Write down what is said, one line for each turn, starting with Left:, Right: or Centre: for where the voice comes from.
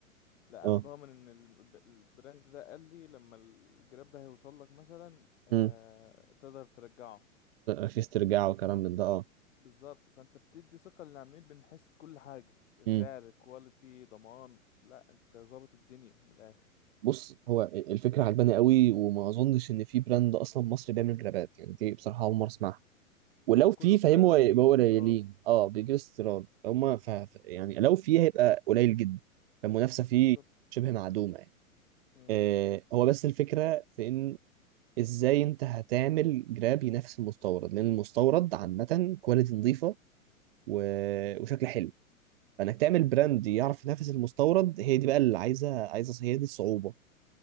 Left: لا
Right: اه
Left: انا ضامن ان الب- البراند ده قال لي لما الجراب ده هيوصل لك مثلا آه،
Right: امم
Left: تقدر ترجعه
Right: في استرجاع وكلام من ده
Left: بالظبط فانت بتدي ثقة للعميل بنحس كل حاجة سعر
Right: اه
Left: كواليتي ضمان لا انت ظابط الدنيا من الاخر
Right: بص هو الفكره عجباني قوي وما اظنش ان في براند اصلا مصري بيعمل جرابات يعني دي بصراحه اول مره اسمعها ولو
Left: هو كله
Right: في
Left: في
Right: فاهم
Left: الأغلب
Right: هو يبقى
Left: بيجيب
Right: هو
Left: استيراد
Right: قليلين اه بيجيب استيراد هما ف... ف- يعني لو في هيبقى قليل جدا فالمنافسه فيه
Left: بالظبط
Right: شبه معدومه يعني
Left: مم.
Right: آه هو بس الفكره في ان ازاي انت هتعمل جراب ينافس المستورد لان المستورد عامه كواليتي نظيفه و... وشكل حلو فانك تعمل براند يعرف ينافس المستورد هي دي بقى اللي عايزه عايزه هي دي الصعوبه